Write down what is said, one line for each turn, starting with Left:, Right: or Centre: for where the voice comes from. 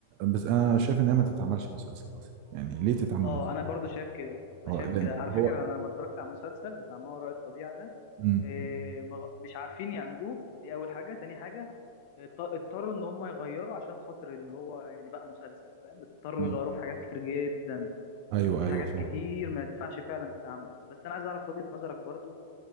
Right: بس انا شايف انها ما تتعملش مسلسل اصلا يعني ليه تتعمل
Left: اه
Right: مسلسل
Left: انا برضو شايف كده انا
Right: اه
Left: شايف
Right: لان
Left: كده على
Right: هو
Left: فكره انا لما اتفرجت على المسلسل بتاع ما وراء الطبيعه ده
Right: مم.
Left: إيه، ما- مش عارفين يعملوه دي اول حاجه تاني حاجه اضط- اضطروا ان هم يغيروا عشان خاطر ان هو يعني بقى مسلسل فاهم اضطروا
Right: مم.
Left: يغيروا في حاجات كتير جدا
Right: ايوه
Left: في
Right: ايوه
Left: حاجات
Right: فاهم
Left: كتير ما ينفعش فعلا تتعمل بس انا عايز اعرف وجهه نظرك برضو